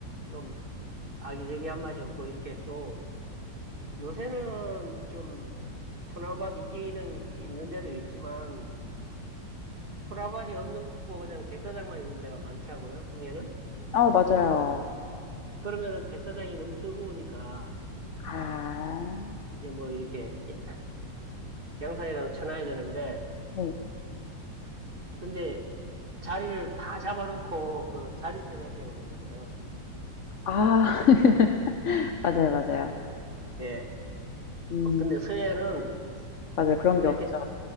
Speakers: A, on the right (about 30°); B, on the left (about 50°).
A: 좀 아기자기한 맛이 없고 이렇게 또 요새는 좀 소나밭 있기는 있는 데도 있지만 소나밭이 없는 거 그냥 백사장만 있는 데가 많더라고요 동해는
B: 아 맞아요.
A: 그러면은 백사장이 너무 뜨거우니까
B: 아.
A: 이제 뭐 이렇게 야- 양산이라도 쳐놔야 되는데
B: 네.
A: 근데 자리를 다 잡아놓고 그 자릿세 내세요 그러잖아요
B: 아. <laughs> 맞아요, 맞아요.
A: 예
B: 음.
A: 근데 서해는
B: 맞아요. 그런 게
A: 이렇게
B: 없죠.